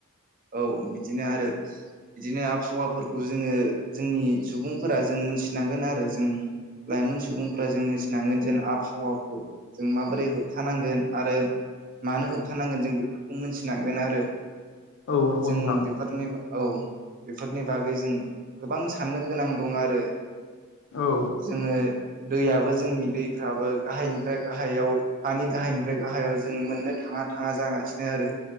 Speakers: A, on the right; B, on the left.
A: औ बिदिनो आरो बिदिनो आबहावाफोरखौ जोङो जोंनि सुबुंफोरा जों मोनथिनांगोन आरो जों लाइमोन सुबुंफोरा जों मिथिनांगोन जेन आबहावाखौ जों माबोरै होबथानांगोन आरो मानो होबथानांगोन जों बेफोरखौ मोनथिनांगोन आरो।
B: औ नंगौ
A: जों
B: नोंथां
A: बेफोरनि औ बेफोरनि बागै जों गोबां साननो गोनां दं आरो।
B: औ
A: जोङो दैयाबो जोंनि दैफ्राबो गाहायनिफ्राय गाहायाव हानि गाहायनिफ्राय गाहायाव जों मोननो थाङा थाङा जागासिनो आरो।